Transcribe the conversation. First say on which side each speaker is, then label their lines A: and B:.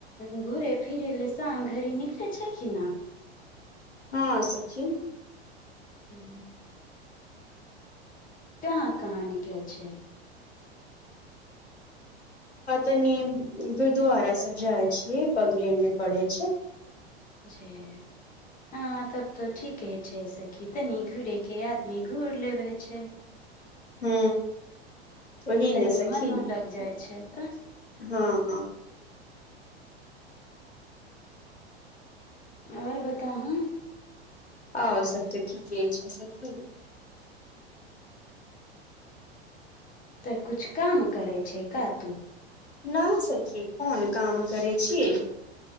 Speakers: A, on the left; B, on the left.
A: घुमै-फिरै लेल शामक घड़ी निकलै छी कि नहि?
B: हँ सखी
A: <inaudible> कहाँ कहाँ निकले छै
B: तनी गुरुद्वारा सभ जाइ छियै, बगलमे पड़ल छै।
A: जे हँ, तऽ ठीक छै सखी। तनी घूरे के आदमी घूरि लेवे छै।
B: हू ओहि
A: तऽ
B: ने
A: नीमन
B: सखी
A: न लग जाइ छै त
B: हँ
A: और बताउू हु
B: और सब तऽ ठीके छै सखी
A: तऽ किछु काम करै छै कतौ?
B: न सखी कोन काम करै छी